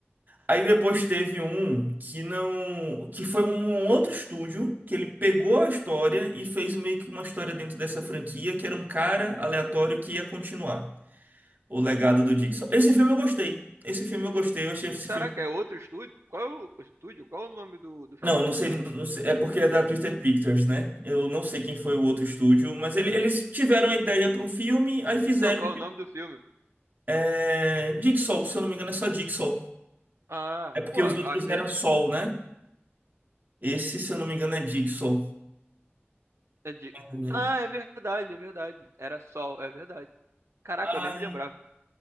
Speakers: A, on the right; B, on the right.
A: Aí depois teve um que não, que foi um outro estúdio que ele pegou a história e fez meio que uma história dentro dessa franquia, que era um cara aleatório que ia continuar o legado do Jigsaw. Esse filme eu gostei. Esse filme eu gostei, eu achei esse
B: Caraca,
A: filme.
B: é outro estúdio? Qual é o o estúdio? Qual é o nome do, do filme,
A: Não, não
B: então?
A: sei, não sei, é porque é da Twisted Pictures, né? Eu não sei quem foi o outro estúdio, mas ele- eles tiveram a ideia para um filme, aí fizeram
B: Não, qual é o nome do filme?
A: é, Jigsaw, se eu não me engano é só Jigsaw.
B: Ah,
A: É porque
B: pô,
A: os
B: às
A: outros
B: vezes.
A: eram Sol, né? Esse, se eu não me engano, é Jigsaw.
B: é de-
A: É.
B: Ah, é verdade, é verdade. Era Sol, é verdade. Caraca,
A: Ah,
B: eu nem me lembrava.